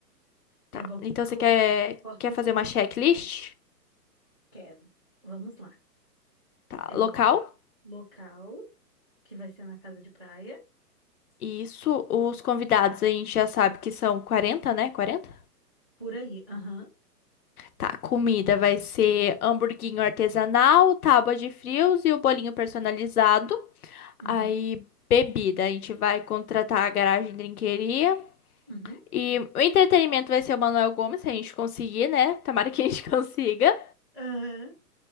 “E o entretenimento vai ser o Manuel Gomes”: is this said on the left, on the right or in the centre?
Left